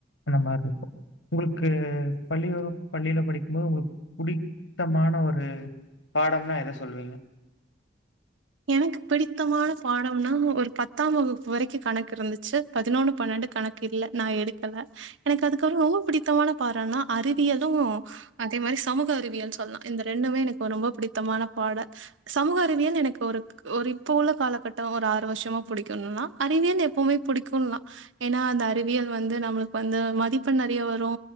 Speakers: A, on the left; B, on the right.
A: அந்த மார்ருக்கோ உங்களுக் க்கு பள்ளி வகுப் பள்ளியில படிக்கும்போது உங்குளுக் புடித்தமான ஒரு பாடம்னா எத சொல்லுவீங்க
B: எனக்கு பிடித்தமான பாடம்னா ஒரு பத்தாம் வகுப்பு வரைக்கும் கணக்கு இருந்துச்சு பதினொன்னு பன்னெண்டு கணக்கு இல்ல நா எடுக்கல எனக்கு அதுக்கப்றோ ரொம்ப பிடித்தமான பாடோன்னா அறிவியலும் அதே மாரி சமூக அறிவியல் சொல்லா இந்த ரெண்டுமே எனக்கு ரொம்ப பிடித்தமான பாட சமூக அறிவியல் எனக்கு ஒருக் ஒரு இப்போ உள்ள காலகட்டோ ஒரு ஆறு வருஷமா புடிக்குன்னா அறிவியல் எப்பவுமே புடிக்குன்லா ஏனா அந்த அறிவியல் வந்து நம்மளுக் வந்து மதிப்பெண் நறைய வரூ